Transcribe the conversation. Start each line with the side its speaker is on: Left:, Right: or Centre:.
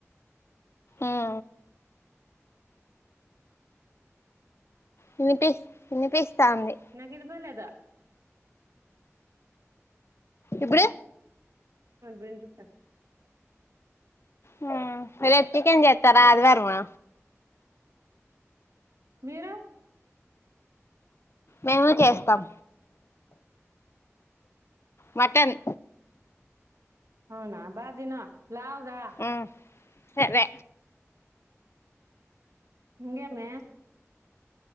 Left: ఉం వినిపిస్త వినిపిస్తా అంది
Right: నాకు వినిపోలేదా
Left: ఇప్పుడు
Right: పిండుతాను
Left: హమ్ రేపు చికెన్ చే తరా అదివారమా
Right: మీరు
Left: మేము చేస్తాం మటన్
Right: అవునా బాగ తిను లావుగా
Left: ఉమ్ సరే
Right: ఇంగేమి